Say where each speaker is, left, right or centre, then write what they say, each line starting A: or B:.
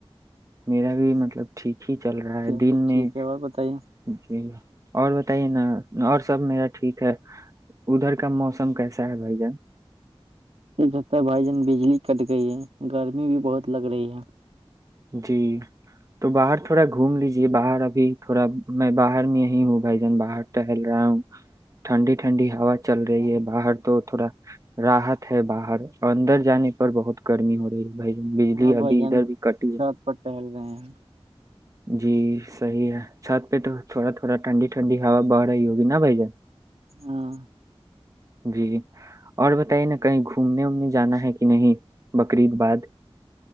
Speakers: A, on the right; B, on the right.
A: میرا بھی مطلب ٹھیک ہی چل رہا ہے
B: چلیے
A: دن میں
B: ٹھیک ہے اور بتائیے
A: جی اور بتائیے نا اور سب میرا ٹھیک ہے ادھر کا موسم کیسا ہے بھائی جان
B: یہ چتا ہے بھائی جان بجلی کٹ گئی ہے گرمی بھی بہت لگ رہی ہے
A: جی تو باہر تھوڑا گھوم لیجے باہر ابھی تھوڑا میں باہر میں یہی ہوں بھائی جان باہر ٹہل رہا ہوں ٹھنڈی ٹھنڈی ہوا چل رہی ہے باہر تو تھوڑا راحت ہے باہر اندر جانے پر بہت گرمی ہو رہی ہے بھائی بجلی
B: ہاں
A: ابھی
B: بھائی جان
A: ادھر بھی کٹ
B: سات پر ٹہل رہے ہیں
A: جی صحیح ہے چھات پہ تو تھوڑا تھوا ٹنی ھنی اب ارہی ہوگی نا بھائی جان
B: ہاں
A: جی اور بتائیے نا کہیں گھومنے وومنے جانا ہے کہ نہیں بکر عید باد